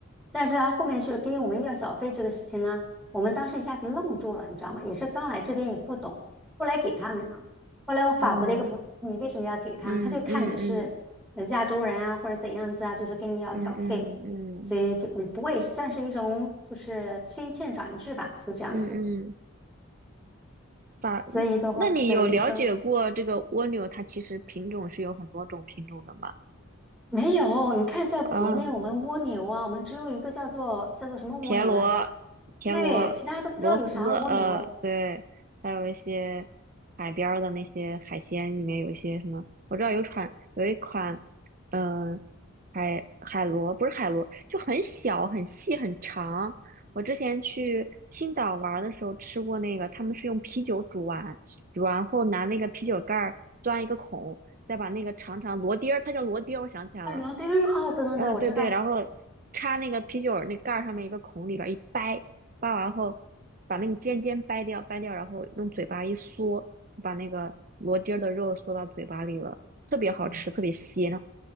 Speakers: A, in the centre; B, on the right.
A: 但是他后面是跟我们要小费这个事情呢，我们当时一下子愣住了，你知道吗？也是刚来这边也不懂，后来给他们了。后来我法国的一个朋友你为什么要给他？
B: 嗯嗯嗯嗯
A: 他就看你是呃亚洲人啊，或者怎样子啊，就是跟你要小费，
B: 嗯嗯嗯嗯
A: 所以就嗯，不过也算是一种就是吃一堑长一智吧，就这样子。
B: 嗯。嗯法，
A: 所以的话，
B: 嗯那你有了解过这个蜗牛它其实品种是有很多种品种的吗？
A: 所以你说没有，你看在国内我们蜗牛啊，
B: 啊，
A: 我们只有一个叫做叫做什么蜗牛来着？
B: 田螺、田螺、
A: 对，其他都不知道有啥蜗牛。
B: 螺丝，呃，对，还有一些海边儿的那些海鲜，里面有一些什么，我知道有款有一款，嗯、海海螺不是海螺，就很小、很细、很长。我之前去青岛玩儿的时候吃过那个，他们是用啤酒煮完，煮完后拿那个啤酒盖儿钻一个孔，再把那个长长螺钉儿，它叫螺钉儿我想起来了。
A: 啊，流浪对，嗯哦，等等对，
B: 嗯，
A: 我知道。
B: 对对，然后插那个啤酒儿那盖儿上面一个孔里边儿一掰，掰完后把那个尖尖掰掉，掰掉，然后用嘴巴一嗦，就把那个螺钉儿的肉嗦到嘴巴里了，特别好吃，
A: 嗯
B: 特别鲜